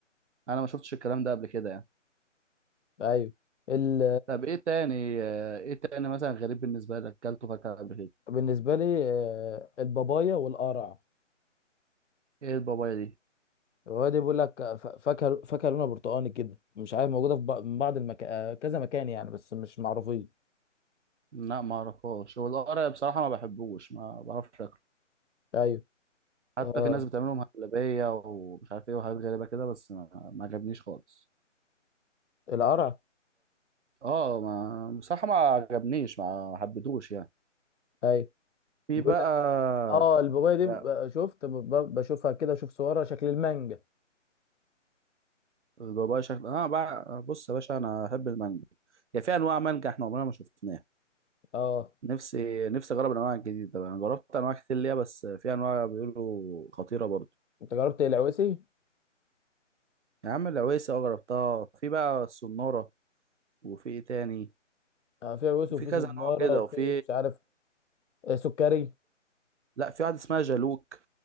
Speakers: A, on the right (about 65°); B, on the left (about 65°).
A: انا ما شفتش الكلام ده قبل كده يعني
B: ايوه ال...
A: طب ايه تاني ايه تاني مثلا غريب بالنسبه لك اكلته فاكهه قبل كده
B: بالنسبه لي آه، البابايا والقرع
A: ايه البابايا دي
B: هو ده بيقول لك ف- فاكهه فاكهه لونها برتقاني كده مش عارف موجوده في بق- من بعض المكان كذا مكان يعني بس مش معروفين
A: لا ما اعرفهاش هو القرع بصراحه ما بحبوش ما بعرفش
B: ايوه
A: حتى
B: آه
A: في ناس بتعملهم هبلية ومش عارف ايه وحاجات غريبة كده بس ما, ما عجبنيش خالص
B: القرع
A: اه ما بصراحة ما عجبنيش ما ما حبيتهوش يعني
B: ايوه
A: في
B: بيقول
A: بقى
B: لك اه البابايا دي
A: يا-
B: ب- شفت ب- ب- بشوفها كده بشوف صورها شكل المانجا
A: البابايا شكل اه بقى بص يا باشا انا احب المانجا يعني في انواع مانجا احنا عمرنا ما شفناها
B: اه
A: نفسي نفسي اجرب الانواع الجديده بقى انا جربت انواع كتير ليها بس في انواع بيقولوا خطيره برضو
B: انت جربت العويسي
A: يا عم العويسه اه جربتها في بقى السناره وفي ايه تاني
B: آه في عويسي
A: وفي
B: وفي
A: كذا
B: صناره
A: نوع كده
B: وفي
A: وفي
B: مش عارف آه سكري
A: لا في واحد اسمها جالوك